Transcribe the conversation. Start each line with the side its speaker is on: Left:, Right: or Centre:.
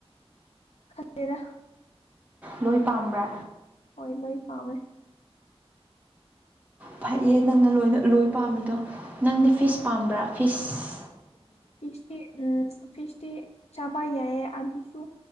Left: ꯈꯦꯗ
Right: ꯂꯣꯏ ꯄꯝꯕ
Left: ꯂ ꯄꯥꯃꯦ
Right: ꯐꯩꯌꯦ ꯅꯪꯅ ꯂꯣꯏꯅ ꯂꯣꯏ ꯄꯥꯝꯃꯤꯗꯣ ꯅꯪꯗꯤ ꯐꯤꯁ ꯄꯥꯝꯕ꯭ꯔꯥ ꯐꯤꯁ
Left: ꯏꯁꯦ ꯎꯝ ꯐꯤꯁꯇꯤ ꯆꯥꯕ ꯌꯥꯏꯑ ꯑꯗꯨꯁꯨ